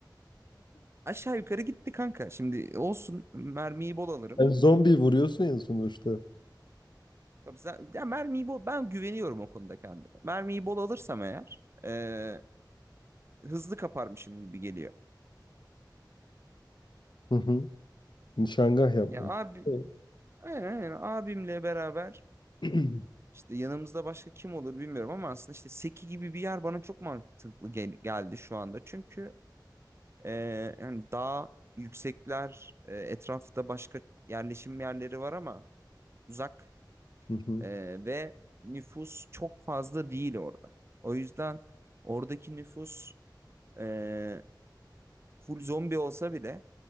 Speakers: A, on the right (about 35°); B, on the left (about 75°).
A: Aşağı yukarı gitti kanka. Şimdi olsun mermiyi bol alırım.
B: Yani zombi vuruyorsun ya sonuçta.
A: Tabii sen- ya mermiyi bol ben güveniyorum o konuda kendime. Mermiyi bol alırsam eğer e, hızlı kaparmışım gibi geliyor.
B: Hı hı. Nişangah yaptım.
A: Ya abi
B: Evet.
A: aynen, aynen. abimle beraber
B: <clears throat>
A: işte yanımızda başka kim olur bilmiyorum ama aslında işte Seki gibi bir yer bana çok mantıklı gel- geldi şu anda. Çünkü e, hani daha yüksekler e, etrafta başka yerleşim yerleri var ama uzak
B: Hı hı.
A: Ee, ve nüfus çok fazla değil orada. O yüzden oradaki nüfus e, full zombi olsa bile